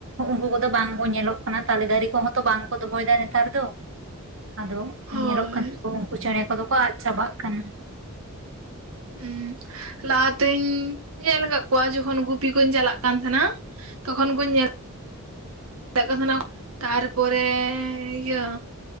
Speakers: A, on the right (about 60°); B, on the right (about 75°).
A: ᱩᱝᱠᱩ ᱠᱚ ᱫᱚ ᱵᱟᱝ ᱠᱚ ᱧᱮᱞᱚᱜ ᱠᱟᱱᱟ ᱛᱟᱞᱮ ᱫᱟᱨᱮ ᱠᱚᱦᱚᱸ ᱛᱚ ᱵᱟᱝ ᱠᱚ ᱫᱚᱦᱚᱭ ᱮᱫᱟ ᱱᱮᱛᱟᱨ ᱫᱚᱼᱼ ᱟᱫᱚ
B: ᱦᱳᱭ
A: ᱧᱮᱞᱚᱜ ᱠᱟᱱᱟ ᱠᱚ ᱩᱱᱠᱩ ᱪᱮᱬᱮ ᱠᱚ ᱫᱚ ᱠᱚ ᱟᱫ ᱪᱟᱵᱟᱜ ᱠᱟᱱᱟ
B: ᱦᱩᱸ ᱞᱟᱦᱟᱛᱤᱧ ᱧᱮᱞ ᱟᱠᱟᱫ ᱠᱚᱣᱟ ᱡᱚᱠᱷᱚᱱ ᱜᱩᱯᱤ ᱠᱩᱧ ᱪᱟᱞᱟᱜ ᱠᱟᱱ ᱛᱷᱟᱱᱟ ᱛᱚᱠᱷᱚᱱ ᱠᱚ ᱧᱮᱞᱼᱼ ᱪᱟᱜ ᱠᱟᱱ ᱛᱟᱦᱮᱸᱱᱟ ᱛᱟᱨᱯᱚᱨᱮ ᱤᱭᱟᱹᱼᱼ